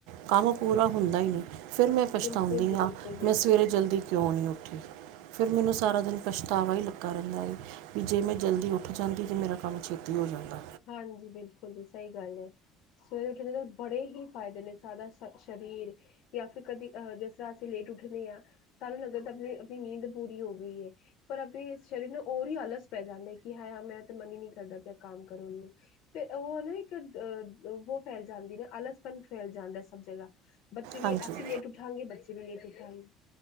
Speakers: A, on the right (about 75°); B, on the left (about 65°).
A: ਕੰਮ ਪੂਰਾ ਹੁੰਦਾ ਹੀ ਨਹੀਂ ਫਿਰ ਮੈਂ ਪਛਤਾਉਂਦੀ
B: ਬਿਲਕੁਲ ਜੀ
A: ਹਾਂ
B: ਬਿਲਕੁਲ ਬਿਲਕੁਲ
A: ਮੈਂ ਸਵੇਰੇ ਜ਼ਲਦੀ ਕਿਉਂ ਨਹੀਂ ਉੱਠੀ। ਫਿਰ ਮੈਨੂੰ ਸਾਰਾ ਦਿਨ ਪਛਤਾਵਾ ਹੀ ਲੱਗਾ ਰਹਿੰਦਾ ਏ। ਜੇ ਮੈਂ ਜਲਦੀ ਉਠ ਜਾਂਦੀ ਤਾਂ ਮੇਰਾ ਕੰਮ ਛੇਤੀ ਹੋ ਜਾਂਦਾ।
B: ਹਾਂਜੀ ਬਿਲਕੁਲ ਜੀ ਸਹੀ ਗੱਲ ਏ। ਸਵੇਰੇ ਉਠਣ ਦੇ ਤਾਂ ਬੜੇ ਹੀ ਫਾਇਦੇ ਨੇ ਸਾਡਾ ਸ ਸਰੀਰ ਜਾਂ ਫਿਰ ਕਦੀ ਅਹ ਜਿਸ ਤਰ੍ਹਾਂ ਅਸੀਂ ਲੇਟ ਉਠਦੇ ਹਾਂ ਸਾਨੂੰ ਲੱਗਦਾ ਆਪਣੀ ਨੀਂਦ ਪੂਰੀ ਹੋ ਗਈ ਹੈ। ਪਰ ਆਪਣੇ ਸਰੀਰ ਨਾਲ ਔਰ ਹੀ ਆਲਸ ਪੈ ਜਾਂਦਾ ਹੈ ਕਿ ਹ ਮੈਂ ਤਾਂ ਮਨ ਹੀ ਕਰਦਾ ਪਿਆ ਕੰਮ ਕਰਨ ਨੂੰ ਤੇ ਉਹ ਨਾ ਇੱਕ ਅਹ ਉਹ ਫੈਲ ਜਾਂਦੀ ਨਾ ਆਲਸ ਪਨ ਫੈਲ ਜਾਂਦਾ ਸਭ ਜਗ੍ਹਾ ਬੱਚੇ ਵੀ
A: ਹਾਂਜੀ
B: ਅਸੀਂ ਲੇਟ ਉਠਾਂਗੇ ਬੱਚੇ ਵੀ ਲੇਟ ਉਠਾਂਗ